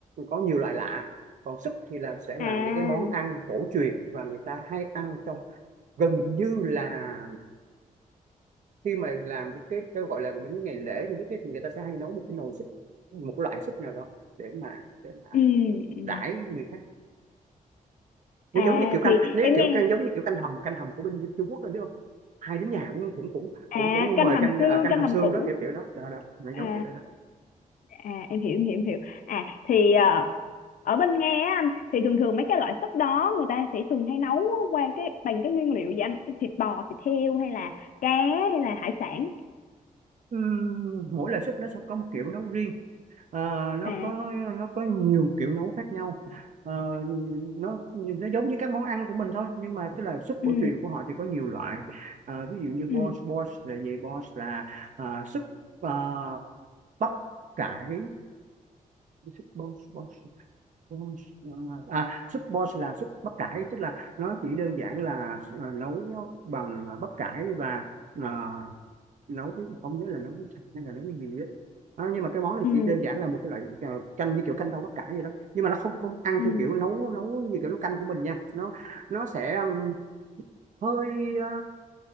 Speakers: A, on the right; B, on the left.
A: có nhiều loại lạ còn súp thì là sẽ là
B: à,
A: những cái món ăn cổ truyền và người ta hay ăn trong gần như là khi mà làm những cái, cái gọi là những cái ngày lễ những cái cái thì người ta sẽ hay nấu một cái nồi súp một cái loại súp nào đó để mà để mà
B: ừ, ừ.
A: đãi người khác nếu
B: À,
A: giống như kiểu canh
B: thì
A: nếu
B: em
A: kiểu
B: nghe
A: canh giống như kiểu canh hầm canh hầm của bên Trung Quốc em biết không hai đứa nhà cũng cũng cũng
B: à
A: cũng cũng
B: canh
A: mời
B: hầm
A: canh
B: xương
A: à, canh
B: canh
A: hầm
B: hầm
A: xương
B: củ
A: đó kiểu kiểu đó đó đó nó
B: à
A: giống kiểu đó đó
B: à em hiểu em hiểu em hiểu à thì ờ, ở bên Nga á anh thì thường thường mấy cái loại súp đó người ta sẽ thường hay nấu qua cái bằng cái nguyên liệu gì anh thịt bò thịt heo hay là cá hay là hải sản
A: Ừm, mỗi loại súp nó sẽ có một kiểu nấu riêng Ờ, nó
B: à
A: có nó có nhiều kiểu nấu khác nhau Ờ, nó nó giống như các món ăn của mình thôi nhưng mà tức là súp cổ
B: ừ
A: truyền của họ thì có nhiều loại Ờ, ví dụ như bos
B: ừ
A: bos là gì bos là à, súp à, bắp cải súp bos bos Đúng rồi. À, súp bò là súp bắp cải tức là nó chỉ đơn giản là à, nấu bằng à, bắp cải và à, nấu với không nhớ là nấu với sạch hay là nấu với gì đó. À, nhưng mà cái món này
B: ừ
A: chỉ đơn giản là một cái loại à, canh như kiểu canh rau bắp cải vậy đó nhưng mà nó không không ăn
B: ừ
A: theo kiểu nấu nấu như kiểu nấu canh của mình nha nó nó sẽ um, hơi à,